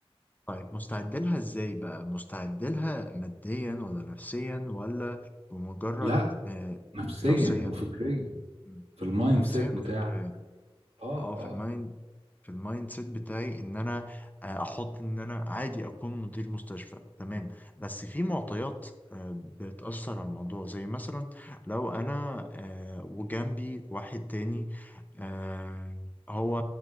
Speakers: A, on the left (about 15°); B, on the right (about 80°).
A: طيب مستعد لها ازاي بقى مستعد لها ماديا ولا نفسيا ولا بمجرد
B: لا
A: آه،
B: نفسيا
A: دراسيا
B: وفكريا
A: م.
B: في المايند
A: نفسيا
B: سيت
A: وفكريا
B: بتاعك اه
A: اه
B: اه
A: في المايند في المايند سيت بتاعي ان انا آه، احط ان انا عادي اكون مدير مستشفى تمام بس في معطيات آه، بتأثر على الموضوع زي مثلا لو انا آه، وجنبي واحد تاني آه، هو